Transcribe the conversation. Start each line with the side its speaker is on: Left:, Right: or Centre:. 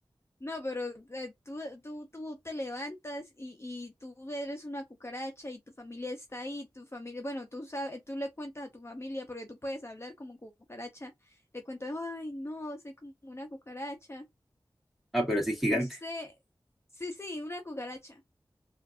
Left: No, pero eh, tú, tú, tú te levantas y, y tú eres una cucaracha y tu familia está ahí, tu familia, bueno, tú sabes, tú le cuentas a tu familia porque tú puedes hablar como cucaracha, le cuentas, ay, no, soy como una cucaracha.
Centre: Ah, pero así gigante,
Left: Usted, sí, sí, una cucaracha.